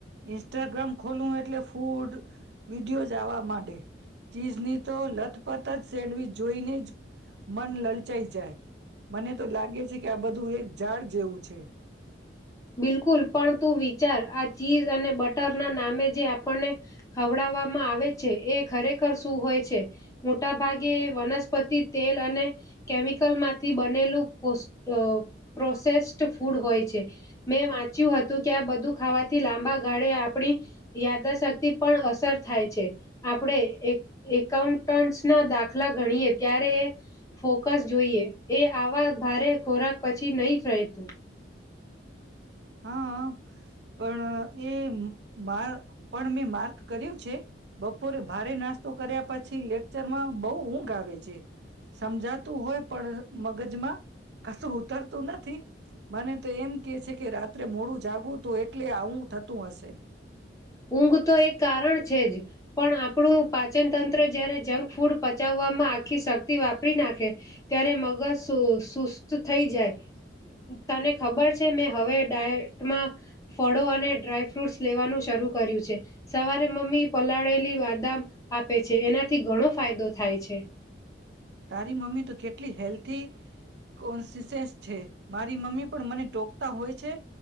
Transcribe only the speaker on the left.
બિલકુલ પણ તું વિચાર આ ચીઝ અને બટરના નામે જે આપણને ખવડાવવામાં આવે છે, એ ખરેખર શું હોય છે, મોટા ભાગે વનસ્પતિ તેલ અને કેમિકલમાંથી બનેલું પ્રોસ પ્રોસેસ્ડ ફૂડ હોય છે. મેં વાંચ્યું હતું કે આ બધું ખાવાથી લાંબા ગાળે આપણી યાદાશક્તિ પણ અસર થાય છે આપણે એકાઉન્ટ ના દાખલા ગણીએ ત્યારે એ ફોકસ જોઈએ એ આવા ભારે ખોરાક પછી નહી રહેતું.
ઊંઘ તો એક કારણ છે જ પણ આપણું પાચન તંત્ર જયારે જંક ફૂડ પચાવવામાં આખી શક્તિ વાપરી નાખે ત્યારે મગજ સુસ્ત થઈ જાય તને ખબર છે મેં હવે ડાયટમાં ફળો અને ડ્રાયફ્રૂટ્સ લેવાનું શરૂ કર્યું છે સવારે મમ્મી પલાળેલી બાદામ આપે છે એનાથી ઘણો ફાયદો થાય છે.